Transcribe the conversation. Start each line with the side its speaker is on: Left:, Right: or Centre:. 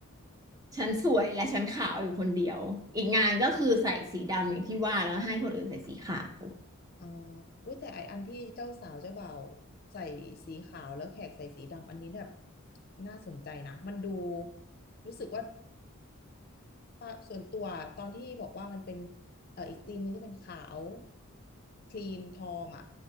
Right: ฉันสวยและฉันขาวอยู่คนเดียวอีกงานก็คือใส่สีดำอย่างที่ว่าแล้วให้คนอื่นใส่สีขาว
Left: อ๋ออุ้ยแต่ไออันที่เจ้าสาวเจ้าบ่าวใส่สีขาวแล้วแขกใส่สีดำอันนี้แบบน่าสนใจนะมันดูรู้สึกว่าปะส่วนตัวตอนที่บอกว่ามันเป็นเอ่ออีกธีมหนึงที่เป็นขาวครีมทองอ่ะ